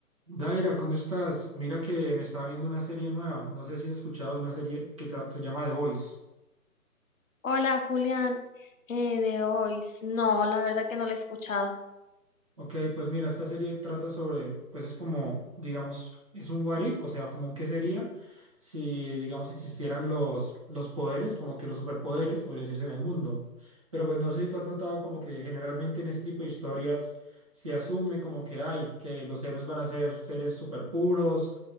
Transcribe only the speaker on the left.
Hola, Julián, eh, de hoy. No, la verdad que no lo he escuchado.